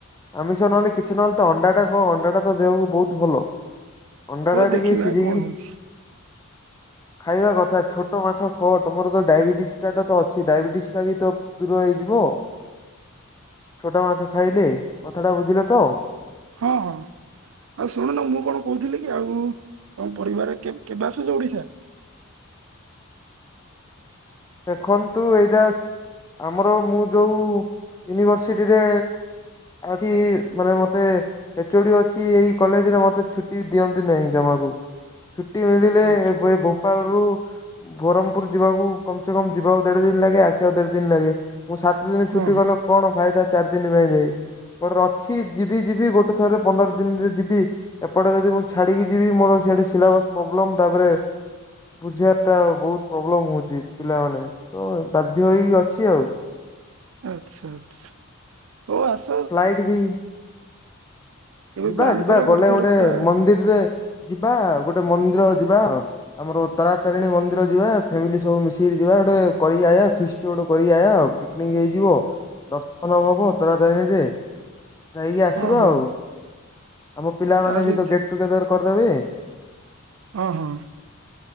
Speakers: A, on the left; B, on the right.
A: ଆମିଷ ନହେଲେ କିଛି ନହେଲେ ତ ଅଣ୍ଡାଟା ଖାଅ, ଅଣ୍ଡାଟା ତ ଦେହକୁ ବହୁତ ଭଲ। ଅଣ୍ଡାଟା
B: ହଉ ଦେଖିବା
A: ଟିକେ ସିଝେଇକି
B: କଣ ହଉଛି
A: ଖାଇବା କଥା। ଛୋଟ ମାଛ ଖଅ, ତମର ତ ଡାଇବେଟିସଟା ତ ଅଛି। ଡାଇବେଟିସ୍ ସେଟା ବି ତ ଦୂର ହେଇଯିବ ଛୋଟ ମାଛ ଖାଇଲେ, କଥାଟା ବୁଝିଲେ ତ?
B: ହଁ, ହଁ। ଆଉ ଶୁଣୁନ ମୁଁ କଣ କହୁଥିଲି କି ଆଉ ତମ ପରିବାର କେବ-କେବେ ଆସୁଛ ଓଡିଶା?
A: ଦେଖନ୍ତୁ, ଏଇଟା ଆମର ମୁଁ ଯୋଉ ୟୁନିଭର୍ସିଟିରେ ଆଠି ମାନେ ମତେ ଏଚୋଡ଼ି ଅଛି ଏଇ କଲେଜରେ ମତେ ଛୁଟି ଦିଅନ୍ତି ନାହିଁ ଜମାରୁ। ଛୁଟି ମିଳିଲେ
B: ଆଚ୍ଛା ଆଚ୍ଛା
A: ଏବେ ଗୋପାଳରୁ ବରମପୁରୁ ଯିବାକୁ କମ୍ ସେ କମ୍ ଯିବା ଦେଢ଼ ଦିନ ଲାଗେ ଆସିବାକୁ ଦେଢ଼ ଦିନ ଲାଗେ ମୁଁ ସାତ ଦିନ
B: ହଁ
A: ଛୁଟି
B: ହଁ
A: କଲେ କଣ ଫାଇଦା ଚାରି ଦିନ ପାଇଁ ଯାଇ <unintelligible> ଅଛି ଯିବି ଯିବି ଗୋଟେ ଥର ପନ୍ଦର ଦିନରେ ଯିବି ଏପଟେ ଯଦି ମୁଁ ଛାଡିକି ଯିବି ମୋର ସିଆଡେ ସିଲାବସ୍ ପ୍ରୋବ୍ଲେମ ତାପରେ ବୁଝିବାରଟା ବହୁତ୍ ପ୍ରୋବ୍ଲେମ ହଉଚି ପିଲାମାନେତ ବାଧ୍ୟ ହେଇ ଅଛି ଆଉ।
B: ଆଚ୍ଛା ଆଛା ହୋଉଆସ
A: ଫ୍ଲାଇଟବି
B: କେବେ
A: ଯିବା
B: ପ୍ଲାନ୍
A: ଯିବା
B: କର
A: ଗଲେ
B: ଥରେ
A: ଗୋଟେ
B: ପୁରା
A: ମନ୍ଦିରରେ ଯିବା ଗୋଟେ ମନ୍ଦିର ଯିବା। ଆମର ତାରାତାରିଣୀ ମନ୍ଦିର ଯିବା ଫ୍ୟାମିଲି ସବୁ ମିଶିକି ଯିବା ଗୋଟେ କରିକି ଆୟା ଫିଷ୍ଟି ଗୋଟେ କରିକି ଆୟା। ପିକନିକ୍ ହେଇଯିବ ଦର୍ଶନ ହବ ତାରାତାରିଣୀରେ। ଯାଇକି ଆସିବା
B: ହଁ ହଁ
A: ଆଉ ଆମ ପିଲାମାନେବିତ
B: ତା ସହିତ
A: ଗେଟ୍ ଟୁଗେଦର କରିଦେବେ।
B: ହଁ ହଁ।